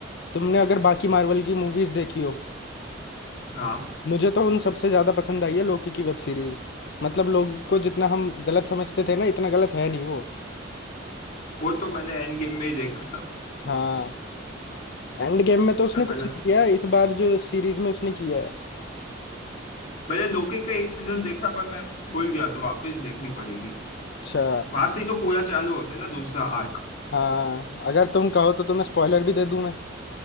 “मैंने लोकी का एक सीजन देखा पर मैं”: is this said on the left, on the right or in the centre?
Left